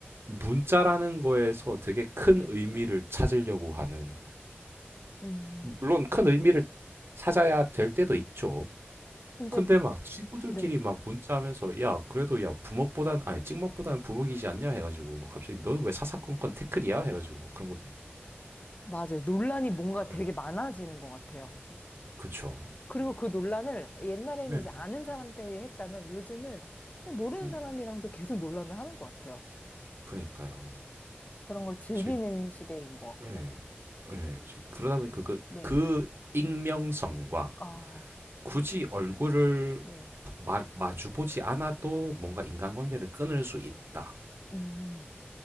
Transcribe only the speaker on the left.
네.
음,
네.
근데,
네.
맞아요. 논란이 뭔가
되게
많아지는 것 같아요.
그리고 그 논란을 옛날에는
이제 아는 사람끼리 했다면 요즘은 그냥 모르는
사람이랑도 계속 논란을 하는 것 같아요.
그런 걸 즐기는
시대인 것 같고.
네.
아,
네.
음,